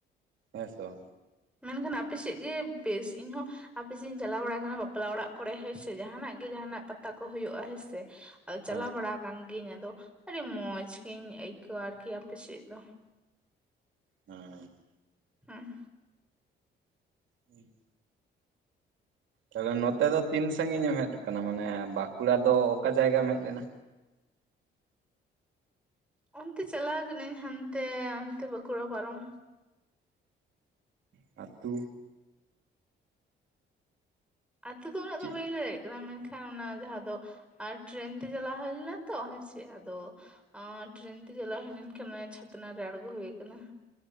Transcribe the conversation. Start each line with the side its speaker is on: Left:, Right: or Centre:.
Right: ᱦᱮᱸᱥᱮ ᱵᱟᱝ
Centre: ᱢᱮᱱᱠᱷᱟᱱ ᱟᱯᱮ ᱥᱮᱫ ᱜᱮ ᱵᱮᱥ ᱤᱧᱦᱚᱸ ᱟᱯ ᱥᱮᱫ ᱤᱧ ᱪᱟᱞᱟᱣ ᱵᱟᱲᱟ ᱟᱠᱟᱱᱟ ᱵᱟᱯᱞᱟ ᱚᱲᱟᱜ ᱠᱚᱨᱮ ᱦᱮᱸᱥᱮ ᱡᱟᱦᱟᱱᱟᱜ ᱜᱮ ᱡᱟᱦᱟᱱᱟᱜ ᱯᱟᱛᱟ ᱠᱚ ᱦᱩᱭᱩᱜᱼᱟ ᱦᱮᱸ ᱥᱮ ᱟᱫᱚ ᱪᱟᱞᱟᱣ
Right: ᱦᱮᱸ
Centre: ᱵᱟᱲᱟ ᱟᱠᱟᱱ ᱜᱤᱭᱟᱹᱧ ᱟᱫᱚ ᱟᱹᱰᱤ ᱢᱚᱸᱡᱽ ᱜᱤᱧ ᱟᱹᱭᱠᱟᱹᱣ-ᱟ ᱟᱨᱠᱤ ᱟᱯᱮ ᱥᱮᱫ ᱫᱚ᱾
Right: ᱦᱩᱸ
Centre: ᱦᱩᱸ
Right: ᱩᱸ <unintelligible> ᱛᱚᱵᱮ ᱱᱚᱛᱮ ᱫᱚ ᱛᱤᱱ ᱥᱟᱺᱜᱤᱧ ᱮᱢ ᱦᱮᱡ ᱟᱠᱟᱱᱟ ᱢᱟᱱᱮ ᱵᱟᱸᱠᱩᱲᱟ ᱫᱚ ᱚᱠᱟ ᱡᱟᱭᱜᱟᱢ ᱦᱮᱡ ᱞᱮᱱᱟ?
Centre: ᱚᱱᱛᱮ ᱪᱟᱞᱟᱣ ᱠᱟᱹᱱᱟᱹᱧ ᱦᱟᱱᱛᱮ ᱚᱱᱛᱮ ᱵᱟᱸᱠᱩᱲᱟ ᱯᱟᱨᱚᱢ᱾
Right: ᱟᱛᱩ
Centre: ᱟᱛᱩ ᱫᱚ ᱩᱱᱟᱹᱜ
Right: ᱪᱮᱫ
Centre: ᱫᱚ ᱵᱟᱹᱧ ᱞᱟᱹᱭ ᱫᱟᱲᱮᱭᱟᱜ ᱠᱟᱱᱟ ᱢᱮᱱᱠᱷᱟᱱ ᱦᱮ ᱚᱱᱟ ᱡᱟᱦᱟᱸ ᱫᱚ ᱟᱨ ᱴᱨᱮᱱ ᱛᱮ ᱪᱟᱞᱟᱣ ᱦᱩᱭ ᱞᱮᱱᱟ ᱛᱚ ᱦᱮᱸᱥᱮ ᱟᱫᱚ ᱚᱸᱻ ᱴᱨᱮᱱ ᱛᱮ ᱪᱟᱞᱟᱣ ᱦᱩᱭ ᱞᱮᱱᱠᱷᱟᱱᱮ ᱪᱷᱟᱛᱱᱟ ᱨᱮ ᱟᱬᱜᱚ ᱦᱩᱭ ᱠᱟᱱᱟ᱾